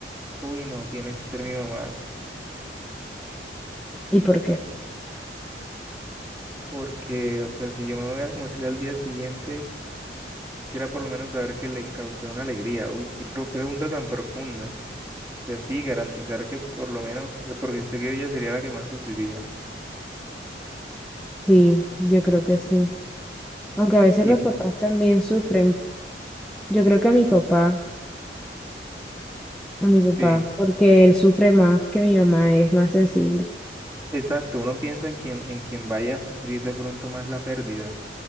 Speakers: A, on the right (about 15°); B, in the centre.
A: Uy, no, tiene que ser mi mamá.
B: ¿Y por qué?
A: Porque, o sea, si yo me voy a morir al día siguiente, quisiera por lo menos saber que le causé una alegría. Uy, qué pro- pregunta tan profunda. Y así garantizar que por lo menos, eh, porque sé que ella sería la que más sufriría.
B: Sí, yo creo que sí. Aunque a veces
A: ¿Y
B: los
A: tú?
B: papás también sufren. Yo creo que a mi papá, a mi papá,
A: Sí,
B: porque él sufre más que mi mamá, es más sensible.
A: exacto. Uno piensa en quien, en quien vaya a sufrir de pronto más la pérdida.